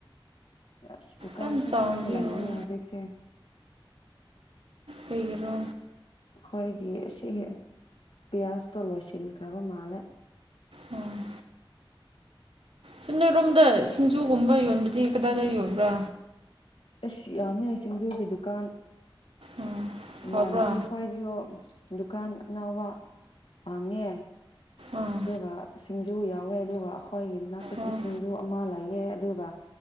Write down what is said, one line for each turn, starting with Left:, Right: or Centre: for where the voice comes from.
Left: ꯑꯁ ꯗꯨꯀꯥꯟ
Right: ꯌꯥꯝ
Left: ꯆꯠꯅꯤꯉꯥꯏ
Right: ꯆꯥꯎꯅꯗꯤ
Left: ꯂꯌꯦꯅꯦ
Right: ꯎꯋꯦ
Left: ꯍꯧꯖꯤꯛꯁꯦ
Right: ꯀꯩꯒꯤꯔꯣ
Left: ꯑꯩꯈꯣꯏꯒꯤ ꯁꯤ ꯄꯤꯌꯥꯁꯇꯣ ꯂꯣꯏꯁꯤꯟꯈ꯭ꯔꯕ ꯃꯥꯜꯂꯦ
Right: ꯎꯝ ꯁꯗꯔꯣꯝꯗ ꯁꯤꯡꯖꯨꯒꯨꯝꯕ ꯌꯣꯟꯕꯗꯤ ꯀꯗꯥꯏꯗ ꯌꯣꯟꯕ꯭ꯔꯥ
Left: ꯑꯁ ꯌꯥꯝꯃꯦ ꯁꯤꯡꯖꯨꯒꯤ ꯗꯨꯀꯥꯟ
Right: ꯑꯣ
Left: ꯏꯃꯥꯟꯅꯕꯤ
Right: ꯐꯕ꯭ꯔꯥ
Left: ꯈꯣꯏꯁꯨ ꯗꯨꯀꯥꯟ ꯑꯅꯥꯕ ꯍꯥꯡꯉꯦ
Right: ꯑꯥ
Left: ꯑꯗꯨꯒ ꯁꯤꯡꯖꯨ ꯌꯥꯎꯋꯦ ꯑꯗꯨꯒ ꯑꯩꯈꯣꯏꯒꯤ ꯃꯅꯥꯛꯇꯁꯨ
Right: ꯑꯣ
Left: ꯁꯤꯡꯖꯨ ꯑꯃ ꯂꯩꯑꯦ ꯑꯗꯨꯒ